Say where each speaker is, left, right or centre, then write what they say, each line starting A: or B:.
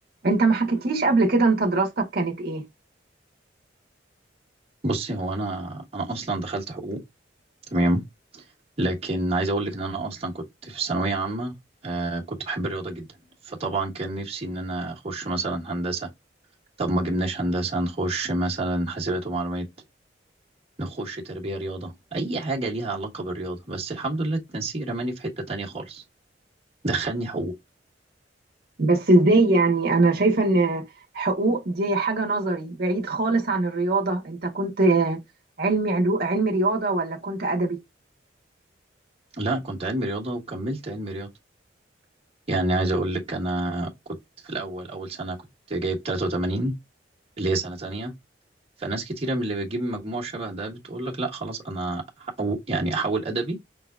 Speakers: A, on the right; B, on the right.
A: انت ما حكيتليش قبل كده انت دراستك كانت ايه
B: بصي هو انا انا اصلا دخلت حقوق تمام لكن عايز اقول لك ان انا اصلا كنت في ثانويه عامه آه كنت بحب الرياضه جدا فطبعا كان نفسي ان انا اخش مثلا هندسه طب ما جبناش هندسه نخش مثلا حاسبات ومعلومات نخش تربيه رياضه اي حاجه ليها علاقه بالرياضه بس الحمد لله التنسيق رماني في حته تانية خالص دخلني حقوق
A: بس ازاي يعني انا شايفة ان حقوق دي حاجة نظري بعيد خالص عن الرياضة انت كنت علمي علو... علمي رياضة ولا كنت ادبي
B: لا كنت علمي رياضه وكملت علمي رياضه يعني عايز اقول لك انا كنت في الاول اول سنه كنت جايب 83 اللي هي سنه تانية فناس كتيرة من اللي بتجيب مجموع شبه ده بتقول لك لا خلاص انا أو يعني احول ادبي